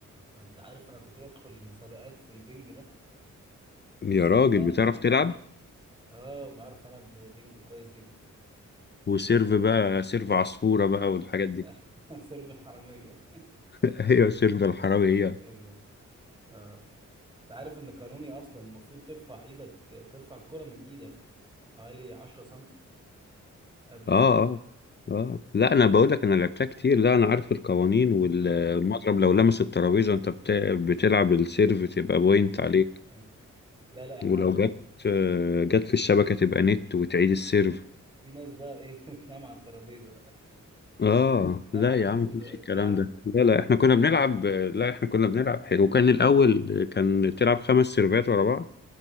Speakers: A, on the right; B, on the left.
A: لو انت عارف انا كنت بدخل المسابقات في البنج ده
B: يا
A: بس
B: راجل
A: زمان
B: بتعرف
A: طبعا
B: تلعب
A: اه بعرف العب بنج كويس جدا
B: وسيرف بقى سيرف عصفورة بقى
A: اه
B: والحاجات
A: لا،
B: دي
A: <laughs> سيرف الحرامية
B: <laughs> ايوه سيرف الحرامي هي
A: ايوه اه انت عارف ان قانوني اصلا المفروض ترفع ايدك ترفع الكرة من ايدك حوالي 10 سنتي قبل السيرف
B: اه اه اه لا انا بقول لك انا لعبتها كتير لا انا عارف القوانين والمضرب
A: اه
B: لو لمس الترابيزه انت بت- بتلعب السيرف تبقى
A: ايوه
B: بوينت عليك
A: ايوه لا لا احنا
B: ولو جت آه، جت في الشبكه تبقى نت وتعيد السيرف
A: في ناس بقى ايه <laughs> بتنام على الترابيزة <laughs>
B: اه
A: بتنام
B: لا
A: على الترابيزة
B: يا عم مفيش
A: وهي
B: الكلام
A: بتلعب
B: ده لا لا احنا كنا بنلعب لا احنا كنا بنلعب حلو وكان الاول كان تلعب خمس سيرفات ورا بعض